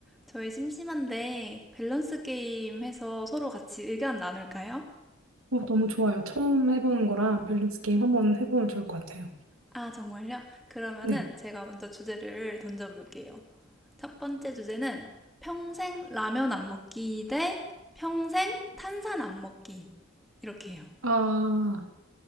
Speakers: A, in the centre; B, on the right.
A: 저희 심심한데 밸런스 게임 해서 서로 같이 의견 나눌까요?
B: 어, 너무 좋아요. 처음 해보는 거라 밸런스 게임 한번 해보면 좋을 것 같아요.
A: 아, 정말요? 그러면은
B: 네.
A: 제가 먼저 주제를 던져볼게요. 첫 번째 주제는 평생 라면 안 먹기 대 평생 탄산 안 먹기. 이렇게 해요.
B: 아,